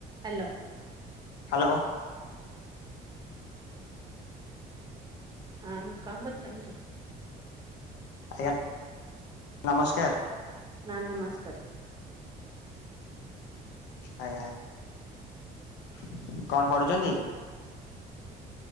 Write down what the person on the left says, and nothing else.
ହ୍ୟାଲୋ।
ଆଜ୍ଞା ନମସ୍କାର।
ଆଜ୍ଞା କଣ କରୁଚନ୍ତି?